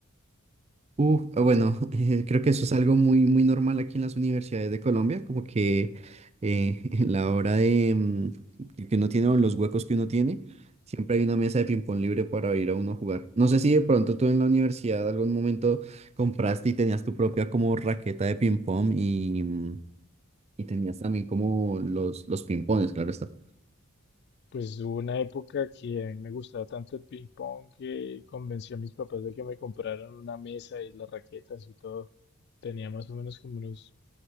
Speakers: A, on the right; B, on the left.
A: Uh, ah, bueno, <laughs> eh, creo que eso es algo muy, muy normal aquí en las universidades de Colombia, como que eh, <laughs> en la hora de mm, que que uno tiene o en los huecos que uno tiene, siempre hay una mesa de ping-pong libre para ir a uno a jugar. No sé si de pronto tú en la universidad algún momento compraste y tenías tu propia como raqueta de ping-pong y... mm, Y tenías también como los, los pimpones, claro está.
B: Pues hubo una época que a mí me gustaba tanto el ping pong que convencí a mis papás de que me compraran una mesa y las raquetas y todo. Tenía más o menos como unos